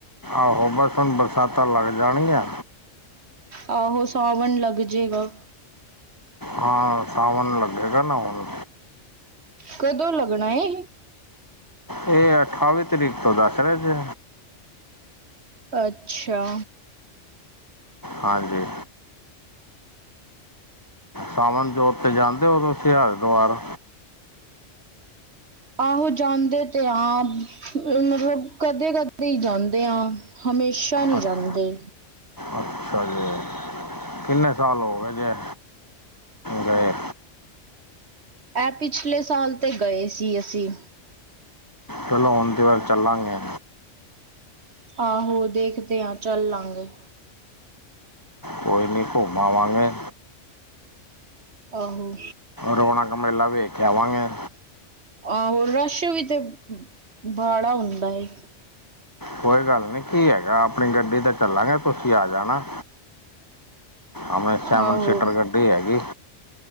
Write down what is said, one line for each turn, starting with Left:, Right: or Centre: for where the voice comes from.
Left: ਆਹੋ ਬਸ ਹੁਣ ਬਰਸਾਤਾਂ ਲੱਗ ਜਾਣਗੀਆਂ।
Right: ਆਹੋ ਸਾਵਣ ਲੱਗ ਜੇਗਾ।
Left: ਹਾਂ ਸਾਵਣ ਲੱਗੇਗਾ ਨਾ ਹੁਣ।
Right: ਕਦੋਂ ਲੱਗਣਾ ਏ?
Left: ਏ ਅਠਾਵੀ ਤਰੀਕ ਤੋਂ ਦੱਸ ਰੇ ਸੀ।
Right: ਅੱਛਾ।
Left: ਹਾਂਜੀ। ਸਾਵਣ ਜੋਤ 'ਤੇ ਜਾਂਦੇ ਓ ਤੁਸੀਂ ਹਰਿਦੁਆਰ।
Right: ਆਹੋ ਜਾਂਦੇ ਤੇ ਆ ਮਤਲਬ ਕਦੇ-ਕਦੇ ਜਾਂਦੇ ਆ। ਹਮੇਸ਼ਾ ਨੀ
Left: ਅੱਛ-
Right: ਜਾਂਦੇ।
Left: ਅੱਛਾ ਜੀ। ਕਿੰਨੇ ਸਾਲ ਹੋਗੇ ਜੇ, ਗਏ?
Right: ਐ ਪਿਛਲੇ ਸਾਲ ਤੇ ਗਏ ਸੀ ਅਸੀਂ।
Left: ਚਲੋ ਹੁਣ ਦੇ ਵਾਰੀ ਚੱਲਾਂਗੇ।
Right: ਆਹੋ ਦੇਖਦੇ ਆ ਚੱਲਾਂਗੇ।
Left: ਕੋਈ ਨੀ ਘੁੰਮ ਆਵਾਂਗੇ।
Right: ਆਹੋ!
Left: ਰੋਣਕ ਮੇਲਾ ਵੇਖ ਕੇ ਆਵਾਂਗੇ।
Right: ਆਹੋ ਰਸ਼ ਵੀ ਤੇ ਬਾਲਾ ਹੁੰਦਾ ਏ।
Left: ਕੋਈ ਗੱਲ ਨੀ ਕੀ ਹੈਗਾ ਆਪਣੀ ਗੱਡੀ ਤੇ ਚੱਲਾਂਗੇ ਤੁਸੀਂ ਆ ਜਾਣਾ। ਆਪਣੇ
Right: ਆਹੋ
Left: ਸੈਵਨ ਸੀਟਰ ਗੱਡੀ ਹੈਗੀ।